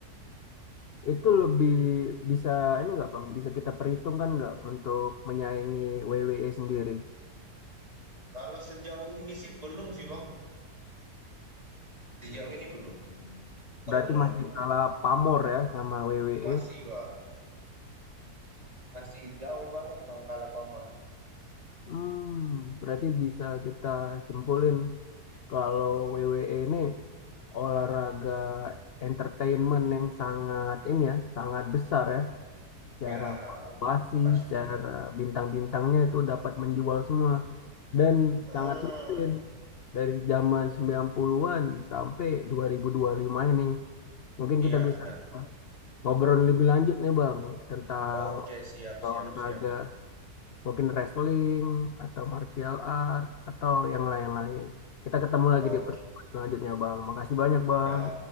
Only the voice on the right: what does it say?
Kalau sejauh ini sih belum sih Bang. Sejauh ini belum. Kalau
menurutku
masih Bang, masih jauh banget Bang Kala pamornya.
Ya,
pasti.
Hmm,
iya
benar.
Oke, siap,
siap, siap, siap.
Oke.
Ya,